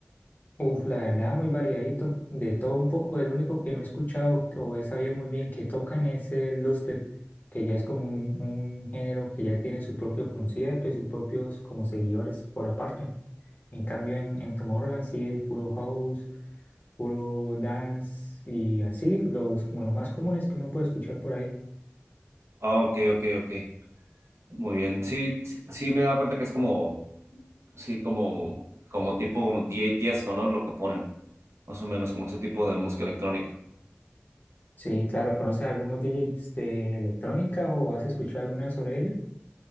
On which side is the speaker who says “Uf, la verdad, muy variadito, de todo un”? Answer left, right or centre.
Left